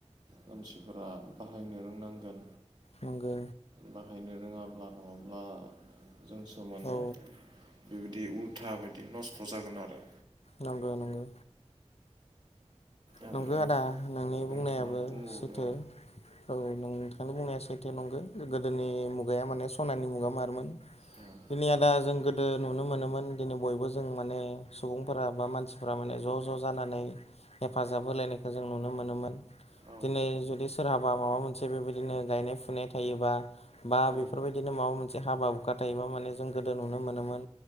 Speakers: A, on the right; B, on the left.
A: मानसिफोरा बाहायनो रोंनांगोन
B: नंगो
A: बाहायनो रोंङाब्ला नङाब्ला जोंसो माने
B: औ
A: बेबायदि उद गोथा बायदि नस्थ' जागोन आरो
B: नंगौ नंगौ
A: आरो
B: नंगौ आदा नोंनि
A: नोंथाङा
B: बुंनायाबो
A: बुंबावदों
B: सैथो। औ नोंथां बुंनाया सैथे नंगौ। गोदोनि मुगाया माने सनानि मुगा मारमोन।
A: औ
B: दिनै आदा जों गोदो नुनो मोनोमोन दिनै बयबो जों माने सुबुंफोरा बा मानसिफोरा माने ज' ज' जानानै हेफाजाब होलायनायखौ जों नुनो मोनोमोन
A: औ
B: दिनै जुदि सो सोरहाबा माबा मोनसे बेबायदिनो गायनाय फुनाय थायोबा बा
A: औ
B: बेफोरबायदिनो माबा मोनसे हाबा हुखा थायोबा जों गोदो नोयोमोन